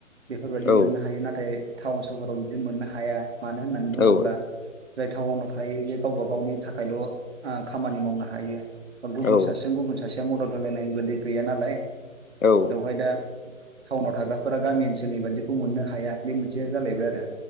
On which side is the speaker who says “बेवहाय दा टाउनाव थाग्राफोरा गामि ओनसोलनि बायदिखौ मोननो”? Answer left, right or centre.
Right